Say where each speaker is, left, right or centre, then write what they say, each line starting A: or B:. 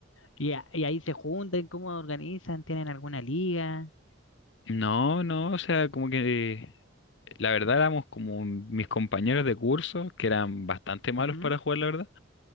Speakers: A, on the left (about 75°); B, on the left (about 60°).
A: y, y ahí se juntan, ¿cómo organizan? ¿Tienen alguna liga?
B: No, no, o sea, como que la verdad éramos como mis compañeros de curso, que eran bastante malos
A: Ujú,
B: para jugar, la verdad.